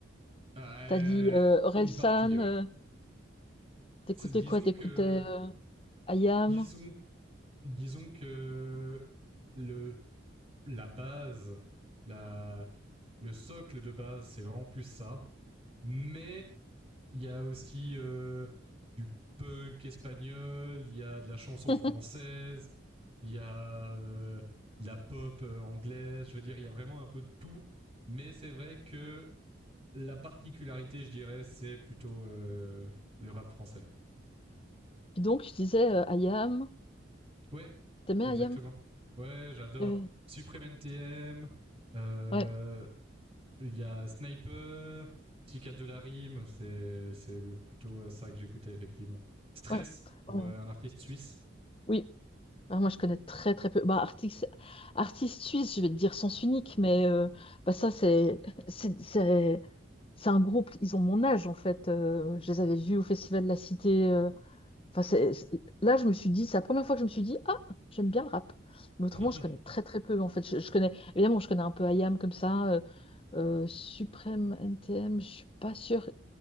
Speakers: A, on the right; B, on the left.
A: Euh,
B: T'as dit euh, Orelsan,
A: une partie, oui.
B: euh, t'écoutais
A: Disons
B: quoi? T'écoutais
A: que,
B: euh, IAM?
A: disons, disons que le, la base, la, le socle de base, c'est vraiment plus ça. Mais il y a aussi euh, du punk espagnol, il y a de la chanson
B: <laughs> Puis
A: française, il y a euh, de la pop euh, anglaise. Je veux dire, il y a vraiment un peu de tout. Mais c'est vrai que la particularité, je dirais, c'est plutôt euh, le rap français.
B: donc, je disais euh, Ayam.
A: Ouais,
B: T'aimais
A: exactement.
B: Ayam?
A: Ouais, j'adore.
B: Il y avait-
A: Supreme NTM, euh,
B: Ouais,
A: il euh, y a Sniper, Psychiatre de la rime, c'est, c'est plutôt ça que j'écoutais effectivement. Stress,
B: ouais,
A: pour
B: ouais.
A: euh, un artiste suisse.
B: Oui. Alors, moi, je connais très, très peu. Bah, artiste, artiste suisse, je vais te dire sens unique, mais euh, bah, ça, c'est c'est- c'est- c'est un groupe, ils ont mon âge, en fait. Euh, je les avais vus au Festival de la Cité. euh. Enfin, c'est- c'est- Là, je me suis dit, c'est la première fois que je me suis dit, ah, j'aime bien le rap. Mais autrement,
A: <laughs>
B: je connais très, très peu, en fait. Je, je connais, évidemment, je connais un peu Ayam comme ça. euh, euh, Suprême N T M. je suis pas sûre.